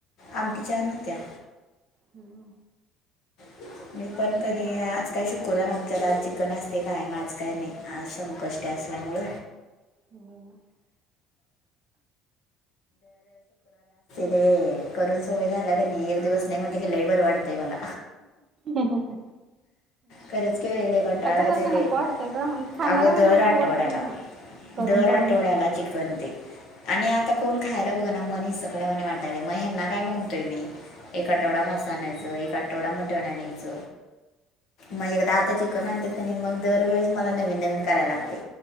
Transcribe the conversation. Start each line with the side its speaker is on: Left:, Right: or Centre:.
Left: आमटी छान हुत्या.
Right: हो.
Left: ते मी पण कधी आज काय शुक्रवार आमच्या आज चिकन असतय कायम आज काय नाही आज संकष्टी असते. उणांमुळ
Right: होम्.
Left: हे करून सवय झाल्या क नी एक दिवस नाही म्हटलं की लईबर वाढतंय मला
Right: ह ह ह.
Left: खरेच कि ब ई लय कंटाळा येत
Right: सारखं
Left: ते
Right: नको वाटतंय ग खाणाऱ्या
Left: अगं
Right: माणसाला
Left: दर आठवड्याला
Right: खाऊ वाटत नाही मग. करून
Left: दर आठवड्याला
Right: करून
Left: चिकन ते आणि आता कोण खाय. बघ ना मन हिसकल्यावनी वाटालय म ह्यांना काय म्हणतोय मी एक आठवडा मास आणायच एक आठवड मटण आणायच. मग एकदा आता चिकन आणल कनी मग दरवेळेस मला नवीन नवीन करायला लागतय.